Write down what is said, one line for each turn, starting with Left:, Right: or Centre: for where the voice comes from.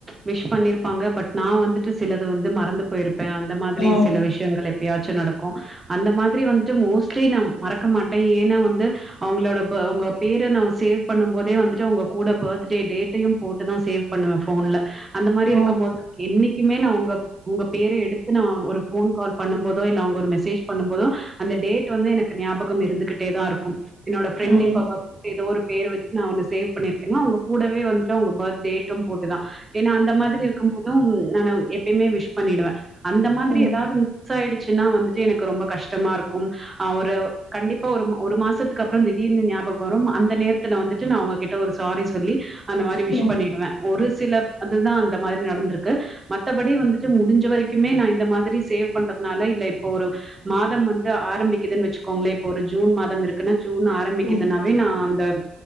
Right: விஷ் பண்ணீர்ப்பாங்க பட் நா வந்துட்டு சிலது வந்து மறந்து போயிருப்பே அந்த மாதிரி
Left: ம்
Right: சில விஷ் யங்கள் எப்பயாச்சு நடக்கு அந்த மாதிரி வந்துட்டு மோஸ்ட்லி நா மறக்க மாட்டே ஏனா வந்து அவங்ளோட ப அவங்க பேர நா சேவ் பண்ணும் போதே வந்துட்டு அவ்ங்க கூட பர்த்டே டேட்டையு போட்டுதா சேவ் பண்ணுவே ஃபோன்ல அந்த மாரி இருக்கும்
Left: ம்
Right: போது என்னைக்குமே நா உங்க உங்க பேர எடுத்து நா ஒரு ஃபோன் கால் பண்ணும் போதோ இல்ல அவுங்க ஒரு மெசேஜ் பண்ணும் போதோ அந்த டேட்டு வந்து எனக்கு ஞாப கம் இருந்துகிட்டே தா இருக்கு என்னோட ஃப்ரெண்டு
Left: ம்
Right: இப்ப பர்த் <inaudible> எதோ ஒரு பேர் நா ஒன்னு சேவ் பண்ணிருக்கேன்னா அவுங்க கூடவே வந்துட்டு அவுங்க பர்த் டேட்டு போட்டுதா ஏனா அந்த மாதிரி இருக்கும் போது நானு எப்பயுமே விஷ் பண்ணிடுவே அந்த மாதிரி
Left: ம்
Right: எதாவ்து
Left: ம்
Right: மிஸ்சாய்டுச்சுன்னா வந்துட்டு எனக்கு ரொம்ப கஷ்டமாருக்கும் ஆ ஒரு கண்டிப்பா ஒரு ம ஒரு மாசத்துக்கப்பறோ திடீர்னு ஞாபகோ வரும் அந்த நேரத் துல வந்துட்டு நா அவுங்ககிட்ட ஒரு சாரி சொல்லி அந்த மாரி
Left: ம்
Right: விஷ் பண்ணிடுவ ஒரு சில அதுதா அந்த மாதிரி நடந்துருக்கு மத்தபடி வந்துட்டு முடிஞ்ச வரைக்குமே நா இந்த மாதிரி சேவ் பண்றதுனால இல்ல இப்போ ஒரு மாதம் வந்து ஆரம்பிக்குதுன் வெச்சுக்கோங்ளே இப்ப ஒரு ஜூன் மாதம் இருக்குன்னா ஜூன் ஆ ரம்பிக்குதுனாவே
Left: ம்
Right: நா அந்த